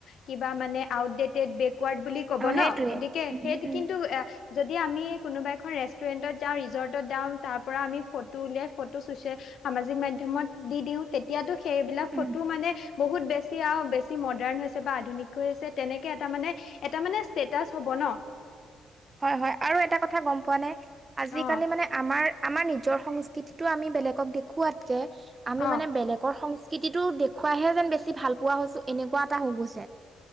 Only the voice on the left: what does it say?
কিবা মানে আউটডেটেদ বেক ৱাৰ্ড বুলি কব
ন, গতিকে
সেইটো
কিন্তু এ যদি আমি কোনোবা এখন ৰেষ্টুৰেণ্টত যাওঁ, ৰিজৰ্টত যাওঁ, তাৰ পৰা আমি ফটো উলিয়াই ফটো চুচে সামাজিক মাধ্যমত দি দিওঁ তেতিয়াতো সেইবিলাক ফটো
মানে বহুত বেছি আও বেছি মডাৰ্ণ হৈছে বা আধুনিক হৈছে তেনেকে এটা মানে, এটা মানে ষ্টেটাচ হ'ব ন!
অ
অ